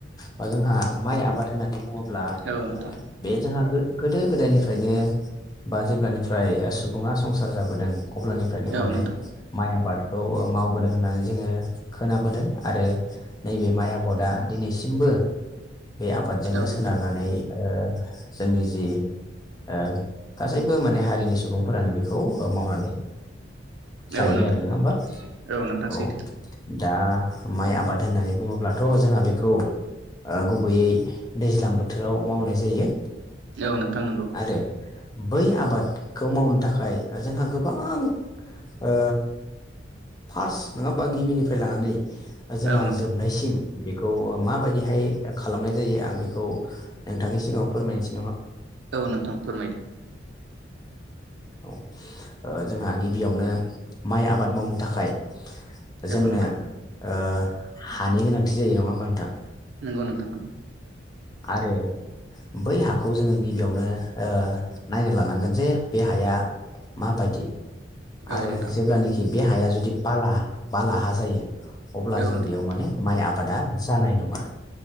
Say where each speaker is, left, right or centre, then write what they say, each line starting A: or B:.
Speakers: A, on the left; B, on the right.
A: बा जोंहा माइ आबाद होननानै बुङो अब्ला
B: औ नोंथां
A: बे जोंहा गोदो गोदायनिफ्रायनो बा जेब्लानिफ्राय सुबुङा संसार जाबोदों अब्लानिफ्रायनो
B: औ
A: माने
B: नोंथां
A: माइ आबाद खौ मावबोदों होननानै जोङो खोनाबोदों आरो नैबे माइ आबादा दिनैसिमबो बे आबादजोंनो
B: औ नोंथां
A: सोनारनानै ओ जोंनि जि ओ गासैबो माने हारिनि सुबुंफोरानो बेखौ मावनानै जायो
B: औ नोंथां
A: आरो नोङा होमबा
B: नोंथां सैथो
A: औ दा माइ आबाद होननानै बुङोब्लाथ' जोंहा बेखौ ओ गुबैयै दैज्लां बोथोराव मावनाय जायो
B: औ नोंथां नंगौ
A: आरो बै आबादखौ मावनो थाखाय जोंहा गोबां ओ फार्स्ट नङा होमबा गिबिनिफ्राय लानानै जोंहा
B: औ नोंथां
A: जोबनायसिम बेखौ ओ माबायदिहाय खालामनाय जायो आं बे खौ नोंथांनि सिगाङाव फोरमायसै
B: औ नोंथां फोरमायदो
A: औ ओ जोंहा गिबियावनो माइ आबाद मावनो थाखाय
B: औ
A: जोंनो
B: नोंथां
A: ओ हानि गोनांथि जायो नङा होमबा नोंथां
B: नोंगौ नोंथां नों
A: आरो बै हाखौ जोङो गिबियावनो ओ नायना लानांगोन जे बे हाया माबायदि
B: औ
A: आरो
B: नोंथां
A: जेब्लानोखि बे हाया जुदि बाला बाला हा जायो अब्ला
B: औ
A: जों
B: नोंथां
A: बेयाव माने माइ आब बादा जानाय नङा